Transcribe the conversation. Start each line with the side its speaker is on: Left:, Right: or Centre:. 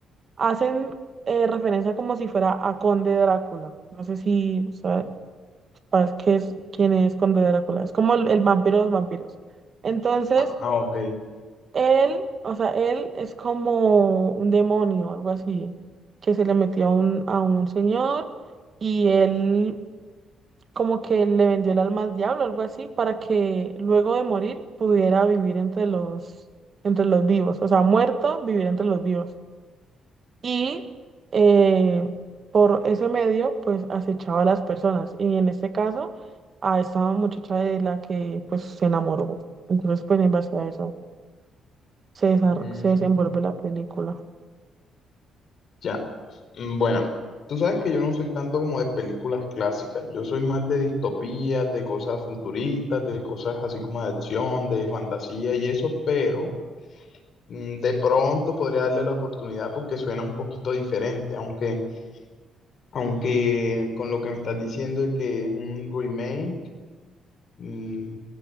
Right: hacen eh, referencia como si fuera a Conde Drácula. No sé si sabes qué es, quién es Conde Drácula. Es como el, el vampiro de los vampiros. Entonces,
Left: Ah, ah, ok.
Right: él, o sea, él es como un demonio, algo así, que se le metió a un, a un señor y él como que le vendió el alma al diablo, algo así, para que luego de morir pudiera vivir entre los, entre los vivos. O sea, muerto, vivir entre los vivos y eh, por ese medio pues acechaba a las personas y en este caso a esta muchacha de la que pues se enamoró. Entonces pues en base a eso se, desar-
Left: Mm,
Right: se desenvuelve la película.
Left: ya. Mm, Bueno, tú sabes que yo no soy tanto como de películas clásicas, yo soy más de distopías, de cosas futuristas, de cosas así como de acción, de fantasía y eso, pero... mm, de pronto podría darle la oportunidad porque suena un poquito diferente, aunque, aunque con lo que me estás diciendo de que es un remake, mm,